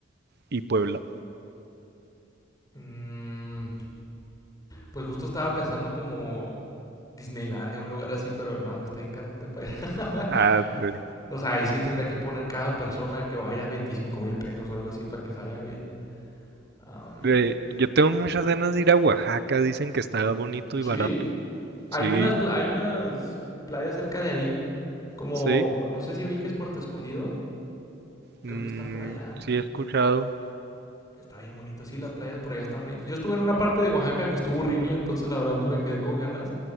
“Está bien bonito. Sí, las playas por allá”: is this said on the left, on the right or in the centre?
Left